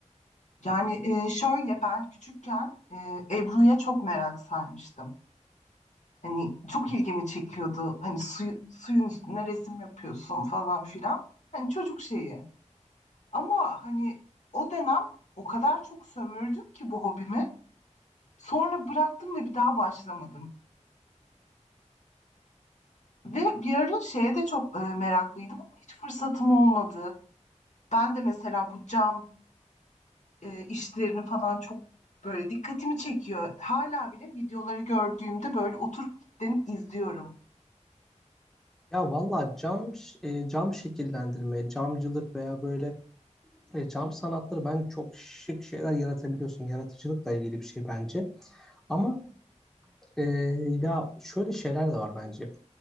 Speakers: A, on the left; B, in the centre.
A: Yani e, şöyle ben küçükken e, Ebru'ya çok merak sarmıştım. Hani çok ilgimi çekiyordu. Hani suyu, suyun üstüne resim yapıyorsun falan filan. Hani çocuk şeyi. Ama hani o dönem o kadar çok sömürdüm ki bu hobimi. Sonra bıraktım ve bir daha başlamadım. Ve bir ara şeye de çok e, meraklıydım ama hiç fırsatım olmadı. Ben de mesela bu cam e, işlerini falan çok böyle dikkatimi çekiyor. Hala bile videoları gördüğümde böyle oturup kilitlenip izliyorum.
B: Ya valla cam e, cam şekillendirme, camcılık veya böyle e, cam sanatları ben çok şık şeyler yaratabiliyorsun. Yaratıcılıkla ilgili bir şey bence. Ama e, ya şöyle şeyler de var bence.